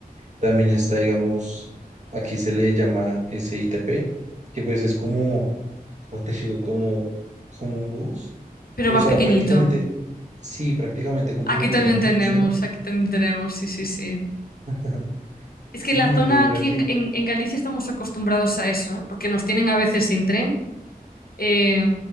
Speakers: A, on the right; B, on the left.
A: también está, digamos, aquí se le llama SITP, que pues es como, <laughs> como te digo, como, como un bus.
B: Pero
A: O
B: más
A: sea,
B: pequeñito.
A: prácticamente, sí, prácticamente cumple
B: Aquí
A: la misma
B: también
A: función.
B: tenemos, aquí también tenemos, sí, sí, sí.
A: <laughs>
B: Es
A: Sí,
B: que en la zona
A: pues mira
B: aquí
A: que...
B: en, en- en Galicia estamos acostumbrados a eso, ¿eh? Porque nos tienen a veces sin tren. eh,